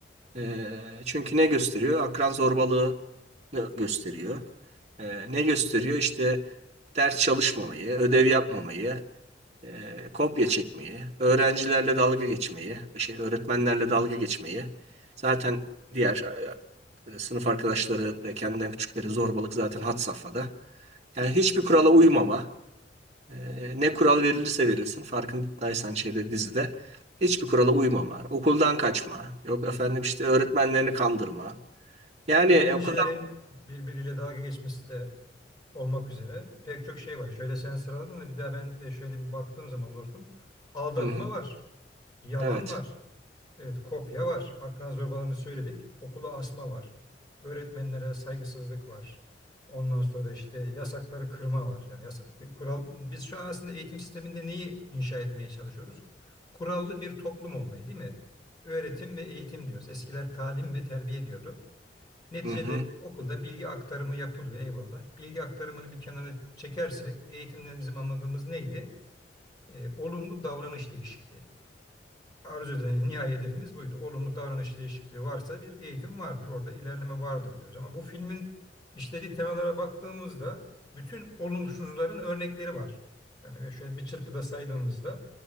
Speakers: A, on the right; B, on the left.
A: E, çünkü ne gösteriyor? Akran zorbalığını gösteriyor. E, ne gösteriyor? İşte ders çalışmamayı, ödev yapmamayı, e, kopya çekmeyi, öğrencilerle dalga geçmeyi, şey öğretmenlerle dalga geçmeyi. Zaten diğer e, Sınıf arkadaşları ve kendinden küçükleri zorbalık zaten had safhada. Yani hiçbir kurala uymama. e, Ne kural verilirse verilsin farkındaysan şeyde dizide hiçbir kurala uymama. Okuldan kaçma. Yok efendim işte öğretmenlerini kandırma. Yani
B: Öğrencilerin
A: e, o kadar...
B: birbiriyle dalga geçmesi de olmak üzere pek çok şey var. Şöyle sen sıraladın da bir daha ben de şöyle bir baktığım zaman dostum aldatma
A: Hı hı,
B: var, yalan
A: evet.
B: var. Evet, kopya var. Akran zorbalarını söyledik. Okula asma var. Öğretmenlere saygısızlık var. Ondan sonra işte yasakları kırma var. Yani yasa- kural biz şu an aslında eğitim sisteminde neyi inşa etmeye çalışıyoruz? Kurallı bir toplum olmayı, değil mi? Öğretim ve eğitim diyoruz. Eskiler talim ve terbiye diyordu. Neticede
A: Hı hı,
B: okulda bilgi aktarımı yapılıyor eyvallah. Bilgi aktarımını bir kenara çekersek eğitimden bizim anladığımız neydi? E, olumlu davranış değişikliği arzu edilen nihai hedefimiz buydu. Olumlu davranış değişikliği varsa bir eğitim vardır. Orada ilerleme vardır diyoruz. Ama bu filmin işlediği temalara baktığımızda bütün olumsuzların örnekleri var. Yani ve şöyle bir çırpıda saydığımızda